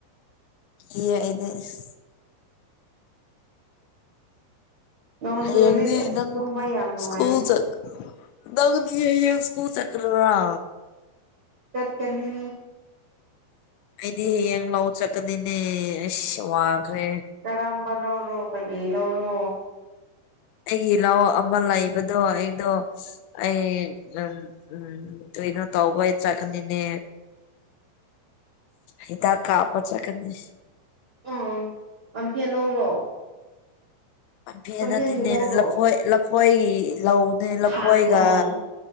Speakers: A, on the left; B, on the right.
A: ꯀꯤꯌꯦ ꯑꯩꯗꯤ ꯑꯁ
B: ꯅꯣꯡ
A: ꯍꯌꯦꯡꯗꯤ
B: ꯆꯨꯔꯗꯤ ꯑꯁ
A: ꯅꯪ
B: ꯇꯨꯝꯕ ꯌꯥꯝ ꯅꯨꯡꯉꯥꯏꯔꯦ
A: ꯁ꯭ꯀꯨꯜ ꯆꯠ ꯅꯪꯗꯤ ꯍꯌꯦꯡ ꯁ꯭ꯀꯨꯜ ꯆꯠꯀꯗꯔꯥ
B: ꯆꯠꯀꯅꯤ
A: ꯑꯩꯗꯤ ꯍꯌꯦꯡ ꯂꯥꯎ ꯆꯠꯀꯅꯤꯅꯦ ꯑꯁ ꯋꯥꯈ꯭ꯔꯦ
B: ꯀꯔꯝꯕ ꯂꯧꯔꯣ ꯀꯔꯤ ꯂꯧꯔꯣ
A: ꯑꯩꯒꯤ ꯂꯧ ꯑꯃ ꯂꯩꯕꯗꯣ ꯑꯩꯗꯣ ꯑꯩ ꯑꯝ ꯎꯝ ꯎꯝ ꯀꯩꯅꯣ ꯇꯧꯕꯩ ꯆꯠꯀꯅꯤꯅꯦ ꯍꯤꯗꯥꯛ ꯀꯥꯞꯄ ꯆꯠꯀꯅꯤ
B: ꯑꯥ ꯄꯥꯝꯐꯦꯜ ꯂꯧꯔꯣ
A: ꯄꯥꯝꯐꯦꯟ
B: ꯄꯝꯐꯦꯟꯒꯤ
A: ꯅꯠꯇꯦꯅꯦ
B: ꯂꯧꯔꯣ
A: ꯂꯐꯣꯏ ꯂꯐꯣꯏꯒꯤ ꯂꯧꯅꯦ ꯂꯐꯣꯏꯒ
B: ꯐꯥꯝ ꯑꯣ